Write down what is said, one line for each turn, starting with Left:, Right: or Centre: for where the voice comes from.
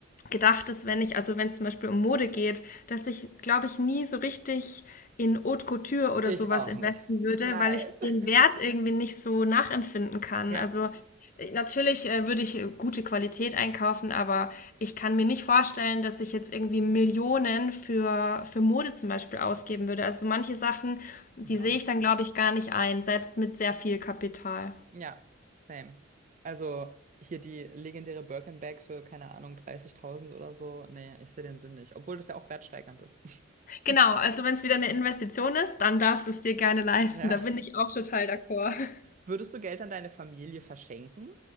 Left: gedacht, dass wenn ich, also wenn es zum Beispiel um Mode geht, dass ich, glaube ich, nie so richtig in Haute Couture oder
Right: Ich
Left: sowas
Right: auch
Left: investen
Right: nicht.
Left: würde,
Right: Nein.
Left: weil ich
Right: <laughs>
Left: den Wert irgendwie nicht so nachempfinden kann.
Right: Ja,
Left: Also äh, Natürlich äh, würde ich äh, gute Qualität einkaufen, aber ich kann mir nicht vorstellen, dass ich jetzt irgendwie Millionen für, für Mode zum Beispiel ausgeben würde. Also manche Sachen, die
Right: ich
Left: sehe
Right: auch nicht.
Left: ich dann, glaube ich, gar nicht ein, selbst mit sehr viel Kapital.
Right: Ja, same. Also hier die legendäre Birkenbag für, keine Ahnung, 30.000 oder so. Nee, ich sehe den Sinn nicht. Obwohl das ja auch wertsteigernd ist. <laughs>
Left: Genau, also wenn es wieder eine Investition ist, dann darfst du es dir gerne leisten.
Right: Ja.
Left: Da bin ich auch total d'accord. <laughs>
Right: Würdest du Geld an deine Familie verschenken?